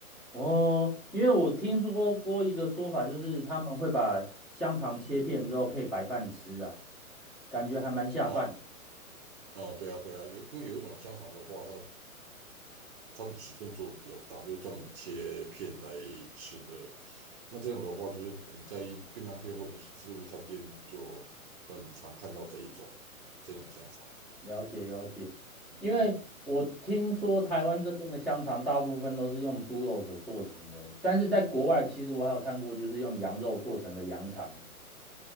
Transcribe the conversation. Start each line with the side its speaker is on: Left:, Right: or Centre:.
Centre: 哦，因为我听说过一个说法，就是他们会把香肠切片之后配白饭吃啊，感觉还蛮下饭。
Right: 啊啊，对啊对啊，有因为有一种香肠的话，它它的尺寸做的比较大，就是专门切片来吃的。那这样的话，就是你在便当店或者是自助餐店就很常看到这一种这种香肠。
Centre: 了解了解，
Right: 嗯嗯
Centre: 因为我听说台湾这边的香肠大部分都是用猪肉所做成的，但是在国外其实我还有看过就是用羊肉做成的羊肠，